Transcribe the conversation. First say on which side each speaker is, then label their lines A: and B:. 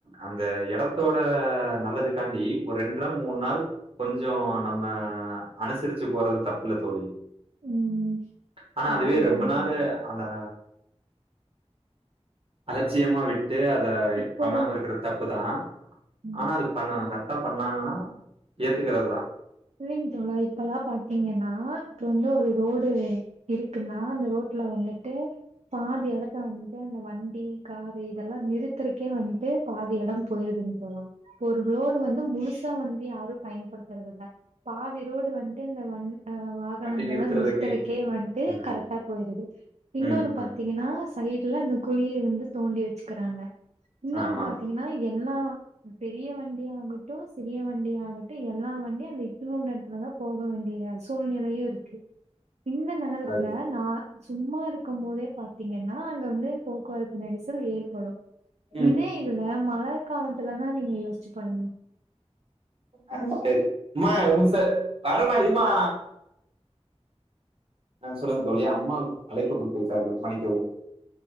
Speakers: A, on the right (about 55°); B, on the right (about 75°).
A: அந்த எடத்தோட நல்லதுக்காண்டி ஒரு ரெண்டு நாள் மூணு நாள் கொஞ்ச நம்ம அனுசரிச்சு போறது தப்பில்ல தோழி
B: ம்.
A: ஆனா
B: கரெக்ட்டு
A: அதுவே
B: தாங்க
A: ரொம்ப நாளு
B: தோழா.
A: அந்தா அலட்சியமா விட்டு அத
B: இப்போ
A: பண்ணாம இருக்றது தப்புதா
B: ம்.
A: ஆனா அது பண்ணனு க ரக்டா பண்ணாங்கனா ஏத்துக்கறதா
B: இல்லைங்க தோழா இப்பல்லா பாத்திங்கனா இப்ப வந்து ஒரு ரோடு இருக்குன்னா அந்த ரோட் ல வந்துட்டு பாதி எடத்த வந்து அந்த வண்டி காரு இதெல்லா நிறுத்தறக்கே வன்ட்டு பாதி எடம் போயிருது ங் தோழா இப்ப ஒரு ரோடு வந்து முழுசா வந்து யாரு பயன்படுத்துறதில்ல பாதிரோடு வன்ட்டு இந்த வண் டி வாகனங்கள்லா
A: வண்டி நிறுத்துறதுக்கு
B: நிறுத்தறக்கே வண்ட்டு
A: ம்
B: கரெக்டா போயிருது இன்னோனு
A: ம்
B: பாத்திங்கனா
A: ம்
B: சைடு ல அந்த குழிய வந்து தோண்டி வெச்சுக்கறாங்க இன்னொனு
A: ஆமா
B: பாத்திங்கனா எல்லா பெரிய வண்டி ஆகட்டு சிறிய வண்டியாகட்டு எல்லா வண்டியு அந்த இத்துணூன்டு எடத்துலதா போக போக வேண்டிய சூழ்நிலையு இருக்கு இந்த நேரத்துல
A: அது
B: நா சும்மா இருக்கும் போதே பாத்திங்கனா அங்க வந்து போக்குவரத்து நெரிசல் ஏற்படு
A: ம்
B: இதே இதுல மழ காலத்துலனா நீங்க யோசிச்சு பாருங்க.
A: அது சரி மா வறமா இர்மா ஆ சொல்லுங்க தோழி அம்மா அழைப்பு குடுத்து விட்டார்கள் மன்னிக்கவும்